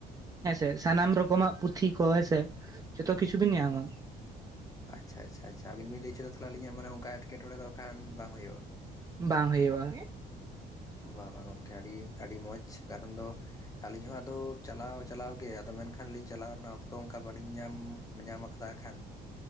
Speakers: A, on the right (about 20°); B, on the left (about 20°).
A: ᱦᱮᱸᱥᱮ ᱥᱟᱱᱟᱢ ᱨᱚᱠᱚᱢᱟᱜ ᱯᱩᱛᱷᱤ ᱠᱚ ᱦᱮᱸᱥᱮ ᱡᱚᱛᱚ ᱠᱤᱪᱷᱩ ᱵᱤᱱ ᱧᱟᱢᱟ
B: ᱟᱪᱪᱷᱟ ᱟᱪᱪᱷᱟ ᱟᱪᱪᱷᱟ ᱟᱵᱤᱱ ᱵᱤᱱ ᱞᱟᱹᱭ ᱚᱪᱚᱭᱮᱫᱟ ᱛᱟᱦᱚᱞᱮ ᱟᱹᱞᱤᱧᱟᱜ ᱢᱟᱱᱮ ᱚᱱᱠᱟ ᱮᱴᱠᱮᱴᱚᱬᱮ ᱫᱚᱠᱷᱟᱱ ᱵᱟᱝ ᱦᱩᱭᱩᱜᱼᱟ
A: ᱵᱟᱝ ᱦᱩᱭᱩᱜᱼᱟ
B: ᱵᱟᱵᱟ ᱜᱚᱢᱠᱮ ᱟᱹᱰᱤ ᱟᱹᱰᱤ ᱢᱚᱡᱽ ᱠᱟᱨᱚᱱ ᱫᱚ ᱟᱹᱞᱤᱧ ᱦᱚᱸ ᱟᱫᱚ ᱪᱟᱞᱟᱣ ᱪᱟᱞᱟᱣ ᱜᱮ ᱟᱫᱚ ᱢᱮᱱᱠᱷᱟᱱᱞᱤᱧ ᱪᱟᱞᱟᱣ ᱨᱮᱱᱟᱜ ᱚᱠᱛᱚ ᱚᱱᱠᱟ ᱵᱟᱹᱞᱤᱧ ᱧᱟᱢ ᱧᱟᱢ ᱟᱠᱟᱫᱟ ᱟᱠᱷᱟᱱ ᱾